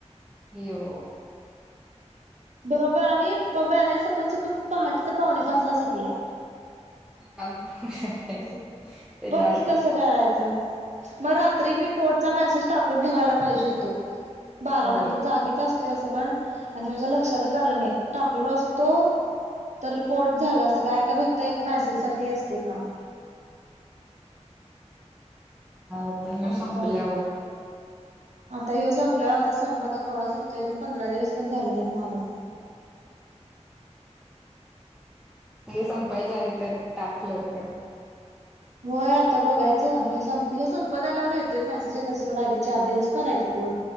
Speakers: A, in the centre; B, on the right (about 75°).
A: ही यो
B: बरोबर आणि बॅलन्स सपून सपून पहाटेचा पाहुणे पाचला संपलाय.
A: <unintelligible> त्याच्या
B: बघकी
A: आधी
B: कसं करायचं? मग रात्री मी पोर्टचा मेसेज टाकून ठेवायला पाहिजे होतो बारा
A: होय
B: नंतर जागीच अस तोय असं पण आणि माझ्या लक्षातच आलं नाही टाकलो असतो तर पोर्ट झाला असत काय का फक्त एक मेसेज साठी असतय काम
A: आता ह्यो
B: असं
A: संपल्यावर
B: झालं. आता ह्यो संपल्यावर आता संप आता कवा संपतोय अजून पंधरा दिवस पण झालं नाहीत मारून
A: <inaudible> नाही संपायच्या आधी तर टाक लवकर
B: होय आता बघायचं ह्यो संपतोय ह्यो संपत आल्यावर येतोय मॅसेज येत्यात थोड्या आधी चार दिवस करायचं बर